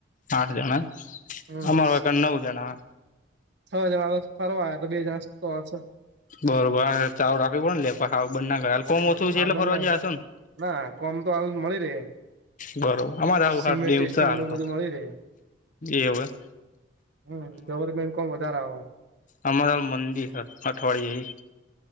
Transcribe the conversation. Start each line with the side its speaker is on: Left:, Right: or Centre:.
Left: આઠ જણા
Right: હમ
Left: અમોર
Right: છ
Left: કને નવ જણા.
Right: છ જના તો ફરવા આયા બે જણા ઓય છ
Left: બરોબર ચાલુ રાખવી પણ લેબ કોય હાવ બંન ના કરાય કોમ
Right: હમ
Left: ઓછું
Right: હા
Left: છે એટલે
Right: બના
Left: ફરવા જ્યા હસો ન.
Right: ના કોમ તો હાલ મળી રે.
Left: બરોબર આમાર
Right: સિમેન્ટ
Left: હાલ ડીમ
Right: ટેસ્ટિંગ
Left: છે હાલ
Right: નું
Left: તો
Right: બધું મળી રહે
Left: એવુ એમ.
Right: હમ્મ ગવર્મેન્ટ કોમ વધારે આવ.
Left: અમાર મંદિર હ અઠવાડિયે હિ